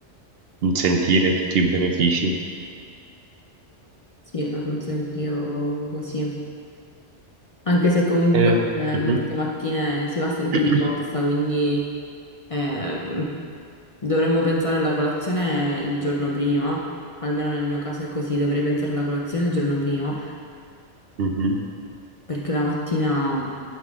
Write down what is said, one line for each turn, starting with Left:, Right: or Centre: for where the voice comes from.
Right: eh, sentire tutti i benefici.
Left: Sì, la penso anch'io così. Anche se comunque
Right: Eh,
Left: eh,
Right: mhm.
Left: molte mattine si va sempre
Right: <clears throat>
Left: di corsa, quindi eh, dovremmo pensare alla colazione il giorno prima. Almeno nel mio caso è così, dovrei pensare alla colazione il giorno prima
Right: Mhm.
Left: perché la mattina